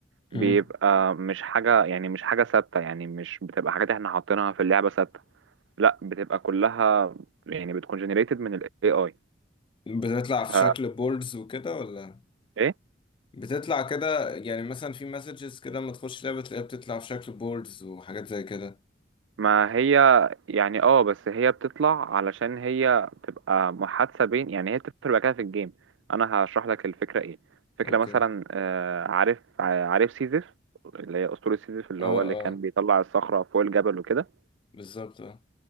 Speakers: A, on the right (about 80°); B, on the left (about 25°).
A: بيبقى
B: امم
A: مش حاجة يعني مش حاجة ثابتة يعني مش بتبقى حاجات احنا حاطينها في اللعبة ثابتة لا بتبقى كلها يعني بتكون generated من ال AI
B: بتطلع
A: ف
B: في شكل بوردز وكده ولا؟
A: ايه
B: بتطلع كده يعني مثلا في مسجز كده لما تخش لعبة تلاقيها بتطلع في شكل بوردز وحاجات زي كده
A: ما هي يعني اه بس هي بتطلع علشان هي بتبقى محادثة بين يعني هي بتدخل بقى كده في الجيم انا هشرح لك الفكرة ايه فكرة
B: اوكي
A: مثلا آه، عارف عارف سيزيف اللي هي اسطورة سيزيف اللي
B: اه
A: هو اللي
B: اه
A: كان بيطلع الصخرة فوق الجبل وكده
B: بالظبط اه